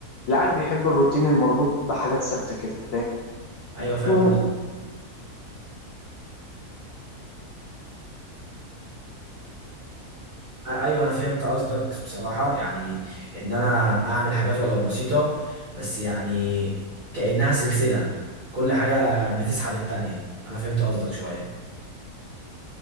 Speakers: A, on the left (about 75°); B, on the right (about 45°).
A: العقل بيحب الروتين المربوط بحاجات ثابتة كده
B: ايوه فاهم
A: فاهم
B: ايوه انا فهمت قصدك بصراحه يعني ان انا اعمل حاجات ولو بسيطه بس يعني كانها سلسله كل حاجه بتسحب التانية انا فهمت قصدك شويه